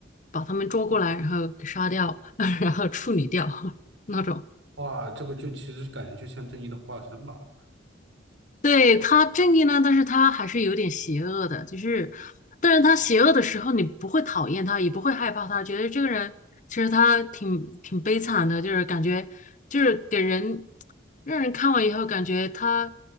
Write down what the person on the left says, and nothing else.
把他们抓过来，然后给杀掉，<laughs> 然后处理掉 <laughs> 那种。
对，他正义呢，但是他还是有点邪恶的，就是，但是他邪恶的时候，你不会讨厌他，也不会害怕他，觉得这个人其实他挺挺悲惨的，就是感觉就是给人让人看完以后感觉他